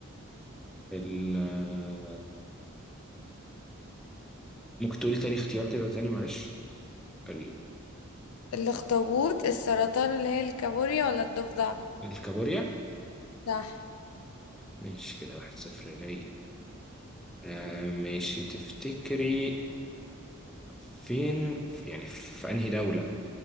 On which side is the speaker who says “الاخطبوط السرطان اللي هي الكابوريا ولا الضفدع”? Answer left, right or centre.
Left